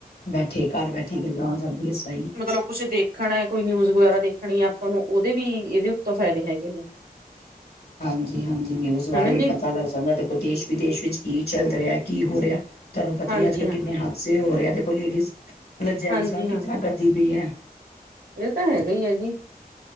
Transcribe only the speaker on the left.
ਬੈਠੇ, ਘਰ ਬੈਠੇ ਗੱਲਾਂ ਹੋ ਜਾਂਦੀਆਂ ਇਸ ਤਾਈ।
ਹਾਂਜੀ- ਹਾਂਜੀ, ਨਿਊਜ਼ ਬਾਰੇ
ਵੀ,
ਪਤਾ ਲੱਗ ਜਾਂਦਾ। ਦੇਸ਼- ਵਿਦੇਸ਼ ਵਿੱਚ, ਕੀ ਚੱਲ ਰਿਹਾ। ਕੀ ਹੋ ਰਿਹਾ, ਤੁਹਾਨੂੰ ਪਤਾ
ਹੀ, ਅੱਜ ਕੱਲ
ਕਿੰਨੇ ਹੱਥ ਸੇ ਹੋ ਰਿਹਾ ਆ। ਦੇਖੋ ਲੇਡੀਜ਼, ਮਤਲਬ ਜੈਂਟਸ
ਨਾਲ,
ਕਿੱਚਰਾ ਕਰਦੀ ਪਈ ਹੈ।